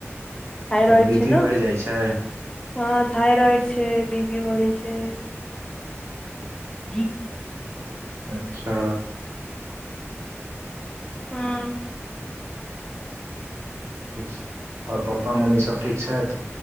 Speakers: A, on the left (about 20°); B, on the right (about 65°).
A: थाइराॅइड
B: बी
A: छै
B: पी
A: न,
B: बढ़ि जाइ छै
A: हँ थाइराॅइड छै, बी पी बढ़ै छै जी
B: अच्छा।
A: हुम्म
B: <inaudible> और पप्पा-मम्मी सब ठीक छैथि?